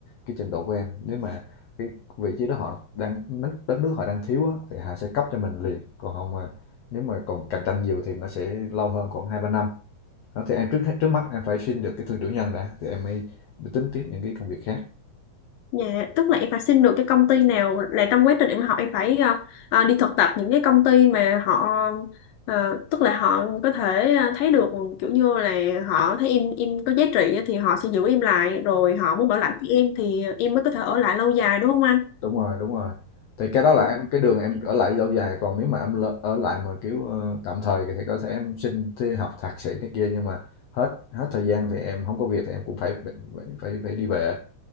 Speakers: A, on the left; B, on the left.
A: cái trình độ của em nếu mà cái vị trí đó họ đang đất đất nước họ đang thiếu á, thì họ sẽ cấp cho mình liền còn không mà nếu mà còn cạnh tranh nhiều thì nó sẽ lâu hơn khoảng hai ba năm đó thì em trước trước mắt em phải xin được cái thương trưởng nhân đã thì em mới tính tiếp những cái công việc khác
B: Dạ, tức là em phải xin được cái công ty nào là trong quá trình em học em phải ờ, ờ, đi thực tập những cái công ty mà họ ờ, tức là họ có thể ờ, thấy được kiểu như là họ thấy em em có giá trị á thì họ sẽ giữ em lại rồi họ muốn bảo lãnh với em thì em mới có thể ở lại lâu dài đúng không anh?
A: đúng rồi đúng rồi thì cái đó là
B: Ừ.
A: em cái đường em ở lại lâu dài còn nếu mà em lỡ- ở lại mà kiểu ờ, tạm thời thì có thể em xin thi học thạc sĩ này kia nhưng mà hết hết thời gian thì em không có việc thì em cũng phải phải phải, phải đi về